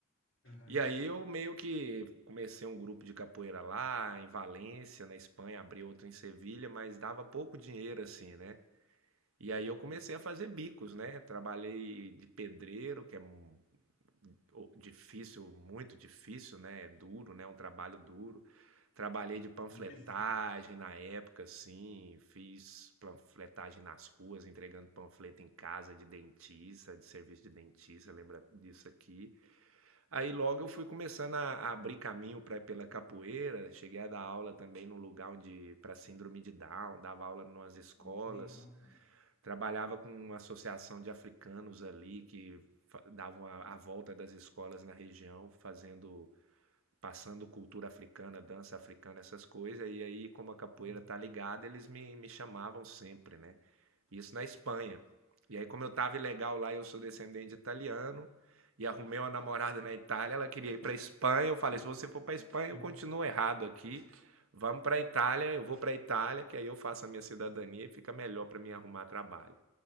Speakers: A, on the left; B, on the right.
A: aham.
B: E aí eu meio que comecei um grupo de capoeira lá em Valência, na Espanha, abri outro em Sevilha, mas dava pouco dinheiro assim, né? E aí
A: Entendi.
B: eu comecei a fazer bicos, né? Trabalhei de pedreiro, que é um o- difícil, muito difícil, né? é Duro, né? Um trabalho duro. Trabalhei de panfletagem
A: Muito pesado.
B: na época, assim, fiz panfletagem nas ruas, entregando panfleto em casa de dentista, de serviço de dentista, lembra disso aqui. Aí logo eu fui começando a, a abrir caminho pra, pela capoeira, cheguei a dar aula também num lugar onde, para síndrome de Down, dava aula em umas escolas.
A: Oh, que legal, cara.
B: Trabalhava com uma associação de africanos ali que fa- davam a, a volta das escolas na região, fazendo, passando cultura africana, dança africana, essas coisas. E aí, como a capoeira
A: É.
B: tá ligada, eles me, me chamavam sempre, né? Isso na Espanha. E aí, como eu tava ilegal lá, eu sou descendente de italiano e arrumei uma namorada na Itália, ela queria ir para Espanha. Eu falei: se você for para Espanha,
A: <laughs>
B: eu continuo errado aqui. Vamos pra Itália, eu vou pra Itália, que aí eu faço a minha cidadania e fica melhor para mim arrumar trabalho.